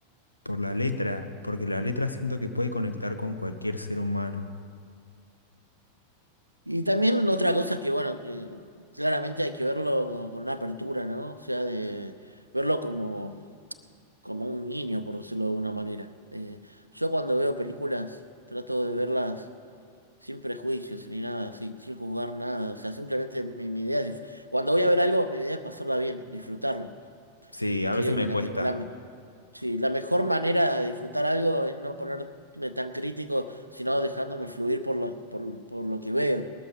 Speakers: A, on the left; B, on the right.
A: por la letra, porque la letra siento que puede conectar con cualquier ser humano.
B: Y también otra cosa que, bueno, que claramente hay que verlo con, con una apertura, ¿no? O sea, de verlo como como un niño, por decirlo de alguna manera. Eh, yo cuando veo películas trato de verlas sin prejuicios ni nada, sin, sin juzgar nada. O sea, simplemente mi, mi idea es... dif- Cuando voy a ver algo, mi idea es pasarla bien, disfrutarlo.
A: Sí,
B: Y
A: a
B: creo
A: veces me
B: que la,
A: cuesta.
B: me- la, me- sí, la mejor manera de disfrutar algo es no ponerme tan crítico, sino dejándome fluir por, la, por, por lo que veo.